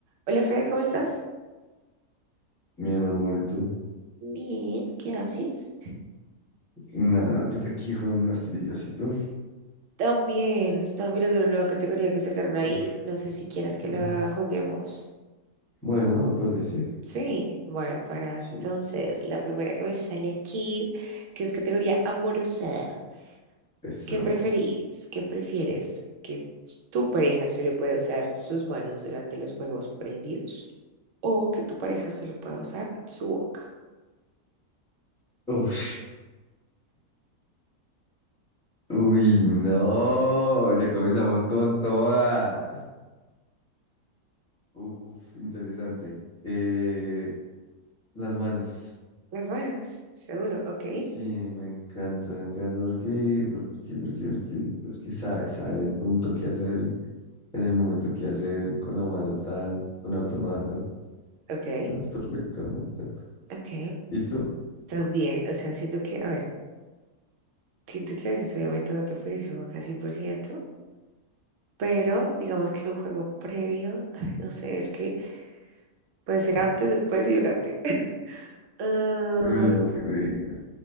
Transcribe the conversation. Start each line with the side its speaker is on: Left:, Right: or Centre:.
Right: Hola Fede, ¿cómo estás?
Centre: Bien, amor, ¿y tú?
Right: Bien, ¿qué haces?
Centre: Nada, pues aquí con unas trillas, ¿y tú?
Right: También estaba mirando la nueva categoría que sacaron ahí.
Centre: <laughs>
Right: No sé si quieras que
Centre: Ujú.
Right: la juguemos.
Centre: Bueno, me parece.
Right: Sí, bueno, para
Centre: Sí,
Right: entonces la primera que me sale aquí, que es categoría amorosa.
Centre: eso.
Right: ¿Qué preferís? ¿Qué prefieres? ¿Que tu pareja solo pueda usar sus manos durante los juegos previos? ¿O que tu pareja solo pueda usar su boca?
Centre: Uf. Uy, no, ya comenzamos con toda. Uf, interesante. Eh, las manos.
Right: Las manos, seguro, ok,
Centre: Sí, me encanta, me encanta. Porque, porque, porque, porque, porque sabe, sabe el punto que hacer, en el momento que hacer, con la mano tal, con la otra mano.
Right: ok,
Centre: No, es perfecto, me encanta.
Right: ok.
Centre: ¿Y tú?
Right: También, o sea, siento que, a ver. Siento que a veces obviamente voy a preferir su boca cien por ciento pero digamos que en un juego previo, ay, no sé, es que puede ser antes, después y durante. <laughs> Ah,
Centre: Ay, qué rico.